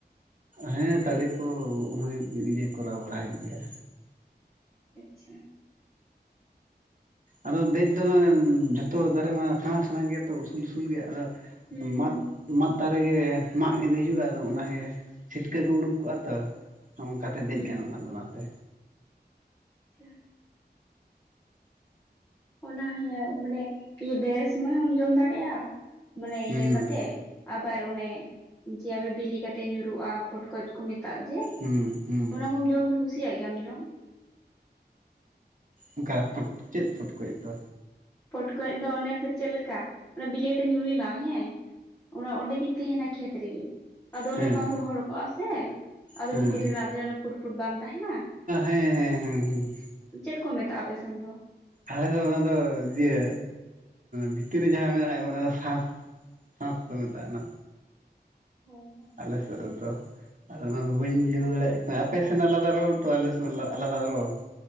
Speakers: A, on the right (about 50°); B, on the left (about 15°).
A: ᱦᱮᱸ ᱛᱟᱲᱤ ᱠᱚ ᱦᱩᱭᱩᱜ ᱜᱮ ᱤᱭᱟᱹ ᱠᱚᱨᱟᱣ ᱵᱟᱲᱟᱭ ᱦᱩᱭᱩᱜ ᱜᱮᱭᱟ
B: ᱟᱪᱪᱷᱟ
A: ᱟᱫᱚ ᱫᱮᱡ ᱫᱚ ᱡᱷᱚᱛᱚ ᱫᱟᱨᱮ ᱢᱟ ᱥᱮᱬᱟ ᱥᱮᱬᱟ ᱜᱮᱭᱟ ᱛᱚ ᱩᱥᱩᱞ ᱩᱥᱩᱞ ᱜᱮᱭᱟ ᱟᱫᱚ
B: ᱦᱩᱸ
A: ᱢᱟᱫ
B: ᱦᱩᱸ
A: ᱢᱟᱫ ᱫᱟᱨᱮ ᱜᱮ ᱢᱟᱜ ᱤᱫᱤ ᱦᱩᱭᱩᱜᱼᱟ ᱟᱫᱚ ᱚᱱᱟ ᱜᱮ ᱪᱷᱤᱴᱠᱟᱹ ᱠᱚ ᱩᱰᱩᱠ ᱠᱚᱜᱼᱟ ᱛᱚ ᱦᱟᱸᱜ ᱚᱱᱠᱟ ᱛᱮ
B: ᱦᱩᱸ
A: ᱫᱮᱡ ᱜᱟᱱᱚᱜᱼᱟ ᱟᱫᱚ ᱚᱱᱟ ᱛᱮ
B: <unintelligible> ᱚᱱᱟ ᱦᱤᱭᱟᱹ ᱢᱟᱱᱮ ᱵᱮᱨᱮ ᱥᱚᱢᱚᱭ ᱦᱚᱢ ᱡᱚᱢ ᱫᱟᱲᱮᱭᱟᱜᱼᱟ ᱢᱟᱱᱮ
A: ᱦᱩᱸ
B: ᱤᱭᱟᱹ ᱠᱟᱛᱮᱜ ᱟᱵᱟᱨ ᱚᱱᱮ ᱡᱮ ᱟᱵᱮ ᱵᱤᱞᱤ ᱠᱟᱛᱮᱜ ᱧᱩᱨᱩᱜᱼᱟ ᱯᱚᱴᱠᱚᱡ ᱠᱚ ᱢᱮᱛᱟᱜ ᱡᱮ
A: ᱦᱩᱸ ᱦᱩᱸ
B: ᱚᱱᱟ ᱠᱚᱢ ᱡᱚᱢ ᱠᱩᱥᱤᱭᱟᱜ ᱜᱮᱭᱟᱢ ᱡᱚᱢ
A: ᱚᱱᱠᱟ ᱪᱮᱫ ᱯᱩᱴᱠᱩᱡ ᱫᱚ
B: ᱯᱚᱴᱠᱚᱡ ᱫᱚ ᱚᱱᱮ ᱫᱚ ᱪᱮᱫ ᱞᱮᱠᱟ ᱵᱤᱞᱤ ᱠᱟᱛᱮ ᱧᱩᱨᱩᱭᱱᱟ ᱦᱮᱸ ᱚᱱᱟᱜ ᱚᱸᱰᱮᱜᱤ ᱛᱟᱦᱮᱱᱟ ᱠᱷᱮᱛ ᱨᱮᱜᱮ ᱟᱫᱚ ᱚᱱᱮ
A: ᱦᱮᱸ
B: ᱵᱟᱝ ᱨᱚᱦᱚᱲ ᱠᱚᱜᱼᱟ ᱥᱮ ᱟᱫᱚ
A: ᱦᱮᱸ
B: ᱵᱷᱤᱛᱤᱨ ᱨᱮᱱᱟᱜ ᱡᱮ ᱚᱱᱮ ᱯᱷᱩᱴ ᱯᱷᱩᱴ ᱵᱟᱝ ᱛᱟᱦᱮᱸᱱᱟ
A: ᱦᱮᱸ ᱦᱮᱸ ᱦᱮᱸ ᱦᱮᱸ
B: ᱪᱮᱫ ᱠᱚ ᱢᱮᱛᱟᱜᱼᱟ ᱟᱯᱮ ᱥᱮᱱ ᱫᱚ
A: ᱟᱞᱮ ᱫᱚ ᱚᱱᱟ ᱫᱚ ᱤᱭᱟᱹ ᱵᱷᱤᱛᱨᱤ ᱨᱮ ᱡᱟᱦᱟᱸ ᱢᱮᱱᱟᱜ ᱠᱚ ᱚᱱᱟ ᱫᱚ ᱥᱟᱥ ᱥᱟᱸᱥ ᱠᱚ ᱢᱮᱛᱟᱜᱱᱟ
B: ᱦᱚ
A: ᱟᱞᱮᱥᱮᱫ ᱨᱮᱫᱚ ᱟᱫᱚ ᱚᱱᱟᱫᱚ ᱵᱟᱹᱧ ᱵᱩᱡᱷᱟᱹᱣ ᱫᱟᱲᱮᱭᱟᱜ ᱠᱟᱱᱟ ᱟᱯᱮ ᱥᱮᱱᱟᱜ ᱟᱞᱟᱫᱟ ᱨᱚᱲ ᱟᱞᱮ ᱥᱮᱱᱟᱜ ᱟᱞᱟᱫᱟ ᱨᱚᱲ